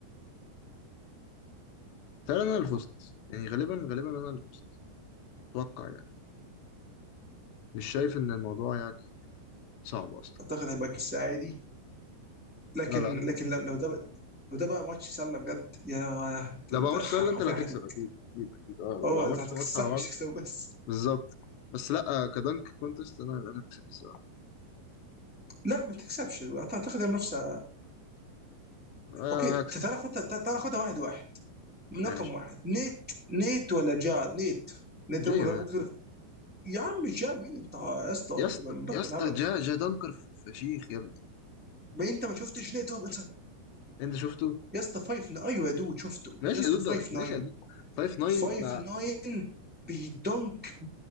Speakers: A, on the left; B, in the centre.
A: تعالى أنا اللي فزت يعني غالبا غالبا أنا اللي فزت أتوقع يعني مش شايف إن الموضوع يعني صعب أصلا
B: اعتقد هيبقى قصه عادي لكن
A: لا لا
B: لكن لو لو ده بقى- لو ده بقى ماتش سله بجد يا
A: لو
B: ده- ده
A: ما عملتش
B: حرفيا
A: سؤال أنت اللي هتكسب
B: هتتك...
A: أكيد أكيد أكيد أه لو
B: اه
A: ما عملتش
B: انت هتكسحها
A: ماتش على بعض
B: مش هتكسب بس
A: بالظبط بس لا آه، كدنك كونتست انا انا اللي كسبت الصراحه
B: لا ما تكسبش اعتقد المنافسه
A: آه
B: اوكي
A: هكسب
B: تعال خدها تعال خدها واحد واحد من
A: ماشي
B: رقم واحد نيت نيت ولا جار نيت نيت
A: جاي
B: ممكن ممكن
A: مان
B: تقول يا عم جار مين انت يا اسطى ولا
A: يا اسطى
B: بطل
A: يا اسطى
B: هبل
A: جا جا دنكر ف- فشيخ يا ابني
B: ما انت ما شفتش نيت روبنسون
A: انت شفته
B: يا اسطى 5 ايوه يا دود شفته
A: ماشي
B: يا اسطى
A: يا دود
B: 5
A: ده-
B: 9
A: ماشي يا دود 5 9
B: 5
A: مع
B: 9 بيدنك